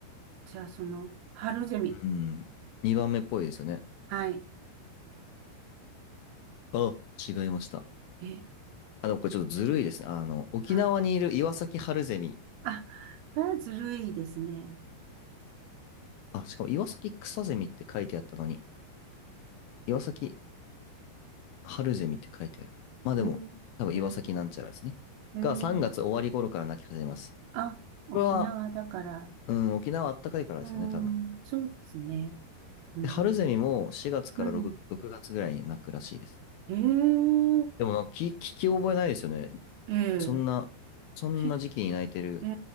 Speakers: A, on the right; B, on the left.
A: じゃあその、春ゼミ、
B: うん。2番目っぽいですよね。
A: はい、
B: あ、違いました。
A: え、
B: あの、でもこれちょっとずるいですね。あの、沖縄にいる岩崎春ゼミ。
A: あ、あ、それはずるいですね。
B: あ、しかも岩崎草ゼミって書いてあったのに、岩崎春ゼミって書いてある。まあでも、
A: えー、
B: 多分岩崎なんちゃらですね。
A: えー、えー、
B: が3月終わり頃から泣き始めます。
A: あ、沖縄だから、
B: これは、うん、沖縄あったかいからですよね、
A: うん、
B: 多分。
A: そうですね。うん、
B: で春ゼミも4月から6、
A: うん、
B: 6月ぐらいに泣くらしいです。
A: えー、
B: でもなんか聞、聞き覚えないですよね。
A: えー、
B: そんな、そんな時期に泣いてる
A: 聞ええ、